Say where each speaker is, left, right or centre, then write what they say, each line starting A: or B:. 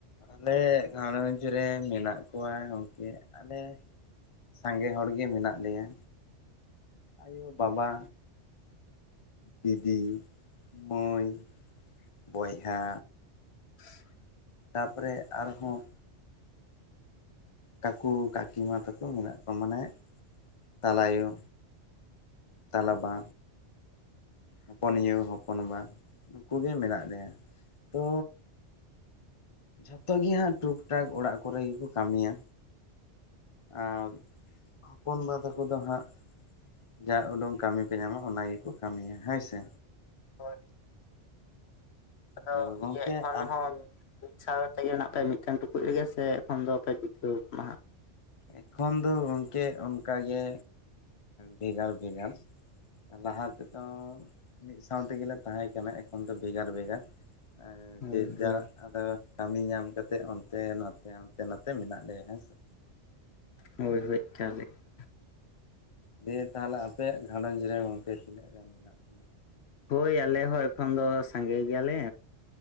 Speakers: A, on the left; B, on the left.
A: ᱟᱞᱮ ᱜᱷᱟᱷᱟᱨᱚᱸᱡᱽ ᱨᱮ ᱢᱮᱱᱟᱜ ᱠᱚᱣᱟ ᱜᱚᱢᱠᱮ ᱟᱞᱮ ᱥᱟᱸᱜᱮ ᱦᱚᱲᱜᱮ ᱢᱮᱱᱟᱜ ᱞᱮᱭᱟ, ᱟᱭᱳ ᱵᱟᱵᱟ ᱫᱤᱫᱤ ᱢᱟᱹᱭ ᱵᱚᱭᱦᱟ
B: ᱦ <unintelligible>
A: ᱛᱟᱨᱯᱚᱨᱮ ᱟᱨᱦᱚᱸ ᱠᱟᱠᱩ ᱠᱟᱹᱠᱤ ᱢᱟ ᱛᱟᱠᱚ ᱢᱮᱱᱟᱜ ᱠᱚᱣᱟ ᱢᱟᱱᱮ ᱛᱟᱞᱟᱭᱳ ᱛᱟᱞᱟᱵᱟ ᱦᱚᱯᱚᱱᱤᱭᱚ ᱦᱚᱯᱚᱱᱵᱟ ᱱᱩᱠᱩᱜᱮ ᱢᱮᱱᱟᱜ ᱞᱮᱭᱟ ᱛᱚ ᱡᱷᱚᱛᱚ ᱜᱮ ᱦᱟᱸᱜ ᱴᱩᱠ ᱴᱟᱠ ᱚᱲᱟᱜ ᱠᱚᱨᱮ ᱜᱮᱠᱚ ᱠᱟᱹᱢᱤᱭᱟ᱾ ᱟᱨ ᱦᱚᱯᱚᱱᱵᱟ ᱛᱟᱠᱚ ᱫᱚ ᱦᱟᱸᱜ ᱡᱟ ᱩᱰᱩᱝ ᱠᱟᱹᱢᱤ ᱠᱚ ᱧᱟᱢᱟ ᱚᱱᱟ ᱜᱮᱠᱚ ᱠᱟᱹᱢᱤᱭᱟ ᱦᱮᱸᱥᱮ
B: ᱦᱳᱭ ᱟᱫᱚ
A: ᱛᱚ ᱜᱚᱝᱠᱮ
B: ᱤᱭᱟᱹ ᱮᱠᱷᱚᱱ
A: ᱟᱯ
B: ᱦᱚᱸ ᱢᱤᱫ ᱥᱟᱶ ᱛᱮᱜᱮ ᱢᱮᱱᱟᱜ ᱯᱮ ᱢᱤᱫᱴᱮᱱ ᱴᱩᱠᱩᱡ ᱨᱮᱜᱮ ᱥᱮ ᱮᱠᱷᱚᱱ ᱫᱚ ᱟᱯᱮ ᱡᱩᱤᱛᱟᱹ ᱠᱟᱱᱟᱦᱟ
A: ᱮᱠᱷᱚᱱ ᱫᱚ ᱜᱚᱢᱠᱮ ᱚᱱᱠᱟᱜᱮ ᱵᱷᱮᱜᱟᱨ ᱵᱷᱮᱜᱟᱨ ᱞᱟᱦᱟ ᱛᱮᱫᱚ ᱢᱤᱫ ᱥᱟᱶ ᱛᱮᱜᱮᱞᱮ ᱛᱟᱦᱮᱸ ᱠᱟᱱᱟ ᱮᱠᱷᱚᱱ ᱫᱚ ᱵᱷᱮᱜᱟᱨ ᱵᱷᱮᱜᱟᱨ ᱟᱨ
B: ᱦᱳᱭ
A: ᱡᱮ ᱡᱟᱨ
B: ᱦᱳᱭ
A: ᱟᱫᱚ ᱠᱟᱹᱢᱤ ᱧᱟᱢ ᱠᱟᱛᱮᱜ ᱚᱱᱛᱮ ᱱᱟᱛᱮ ᱦᱟᱱᱛᱮ ᱱᱟᱛᱮ ᱢᱮᱱᱟᱜ ᱞᱮᱭᱟ ᱦᱮᱸ ᱥᱮ
B: ᱦᱳᱭ ᱦᱳᱭ ᱜᱮᱞ <inaudible>
A: ᱫᱤᱭᱮ ᱛᱟᱦᱞᱮ ᱟᱯᱮᱭᱟᱜ ᱜᱷᱟᱸᱷᱟᱨᱚᱸᱡᱽ ᱨᱮ ᱜᱚᱢᱠᱮ ᱛᱤᱱᱟᱹᱜ ᱜᱟᱱ ᱢᱮᱱᱟᱜ ᱯᱮᱭᱟ
B: ᱦᱳᱭ ᱟᱞᱮ ᱦᱚᱸ ᱮᱠᱷᱚᱱ ᱫᱚ ᱥᱟᱸᱜᱮ ᱜᱮᱭᱟᱞᱮ᱾